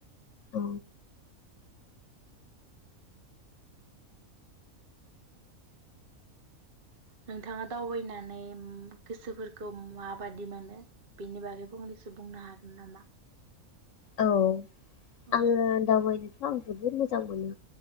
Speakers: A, on the left; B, on the right.
A: औ
B: नोंथाङा दावबायनानै गोसोफोरखौ माबादि मोनो बेनि बागै फंनैसो बुंनो हागोन नामा?
A: औ
B: औ
A: आङो दावबाय थ आं जोबोद मोजां मोनो।